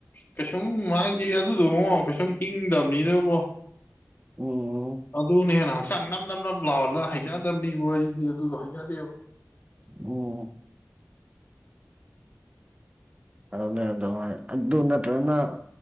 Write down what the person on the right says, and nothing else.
ꯎꯝ
ꯑꯣꯝ ꯑꯗꯨꯅꯦ ꯑꯗꯨ ꯑꯗꯨ ꯅꯠꯇ꯭ꯔꯒꯅ